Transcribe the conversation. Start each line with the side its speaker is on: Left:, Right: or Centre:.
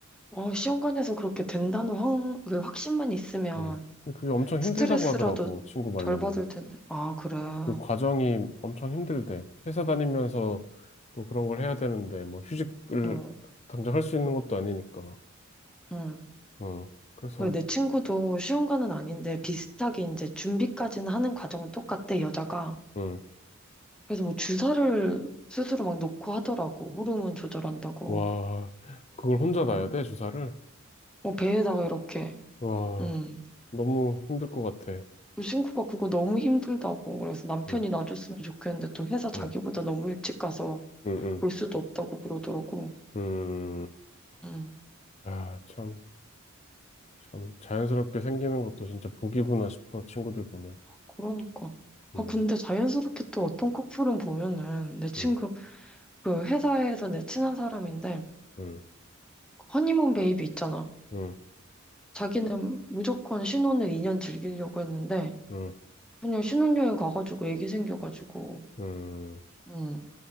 Centre: 어, 시험관에서 그렇게 된다는 확, 그 확신만 있으면
Left: 음. 근데 그게 엄청
Centre: 스트레스라도
Left: 힘들다고 하더라고, 친구 말로는.
Centre: 덜 받을 텐데. 아, 그래. 어,
Left: 그 과정이 엄청 힘들대. 회사 다니면서 또 그런 걸 해야 되는데, 뭐 휴직을
Centre: 응,
Left: 당장 할 수 있는 것도 아니니까.
Centre: 응.
Left: 음. 그래서,
Centre: 그리고 내 친구도 시험관은 아닌데 비슷하게 이제 준비까지는 하는 과정은 똑같대, 여자가.
Left: 응
Centre: 그래서 뭐 주사를 스스로 막 놓고 하더라고. 호르몬 조절한다고.
Left: 와, 그걸 혼자 놔야
Centre: 어,
Left: 돼, 주사를?
Centre: 어, 배에다가 이렇게
Left: 와,
Centre: 음.
Left: 너무 힘들 것 같아.
Centre: 친구가 그거 너무 힘들다고 그래서 남편이
Left: 응
Centre: 놔줬으면 좋겠는데 또 회사 자기보다
Left: 응
Centre: 너무 일찍 가서
Left: 응
Centre: 볼 수도 없다고 그러더라고.
Left: 응 음.
Centre: 음.
Left: 야, 참. 참 자연스럽게 생기는 것도 진짜 복이구나 싶어 친구들 보면
Centre: 그러니까. 아
Left: 음,
Centre: 근데 자연스럽게 또 어떤 커플은 보면은 내 친구
Left: 음,
Centre: 그 회사에서 내 친한 사람인데
Left: 음,
Centre: 그 허니문 베이비 있잖아.
Left: 음,
Centre: 자기는 무조건 신혼을 2년 즐기려고 했는데
Left: 음,
Centre: 그냥 신혼여행 가가지고 애기 생겨가지고
Left: 음,
Centre: 음.